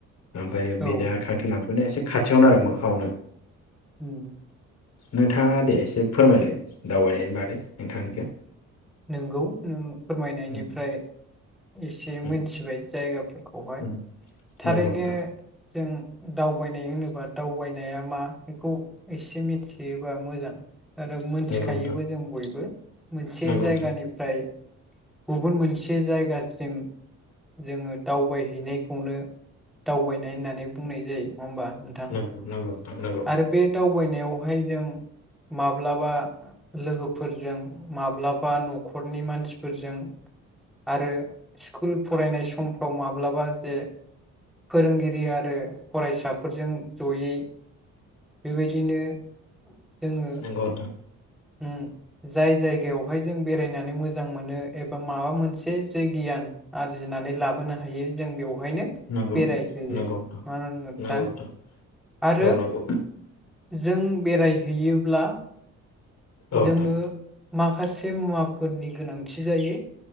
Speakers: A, on the left (about 65°); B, in the centre.
A: ओमफाय बेनो
B: औ
A: खाथि लां ने एसे खाथियावनो आरो मोखाङावनो।
B: उम।
A: नोंथाङा दे एसे फोरमायलाय दावबायनायनि बागै नोंथांनिखौ।
B: नोंगौ नों फोरमायनायनिफ्राय
A: उम,
B: एसे
A: उम,
B: मोनथिबाय। जायगा फोर। खौहाय
A: उम।
B: थारैनो
A: नंगौ नोंथां
B: जों। दावबायनाय होनोबा दावबायनाया मा बेखौ एसे मिथियोबा मोजां। आरो मोनथिखायोबो
A: नंगौ नोंथां
B: जों बयबो। बे
A: नंगौ
B: जायगानिफ्राय।
A: नोंथां
B: गुबुन मोनसे जायगासिम जोङो दावबायहैनायखौनो। दावबायनाय होननानै बुंनाय जायो नङा होमबा नोंथां।
A: नंगौ नंगौ नोंथां नंगौ
B: आरो बे दावबायनायावहाय जों। माब्लाबा लोगोफोरजों माब्लाबा न'खरनि मानसिफोरजों। आरो। स्कुल फरायनाय समफ्राव माब्लाबा जे फोरोंगिरि आरो फरायसाफोरजों जयै। बेबायदिनो जोङो।
A: नंगौ नोंथां
B: ओम जाय जायगायाव बेवहाय जों बेरायनानै मोजां मोनो एबा माबा मोनसे जे गियान आरजिनानै लाबोनो हायो जों बेयाव बेहायनो
A: नंगौ
B: बेरायहोयो
A: नंगौ
B: मानो होनना बुङो
A: नंगौ नोंथां नंगौ
B: दा
A: नोंथां
B: आरो
A: औ नंगौ
B: जों बेरा बेराय हैयोब्ला
A: औ नोंथां
B: जोंनो माखासे मुवाफोरनि गोनांथि जायो।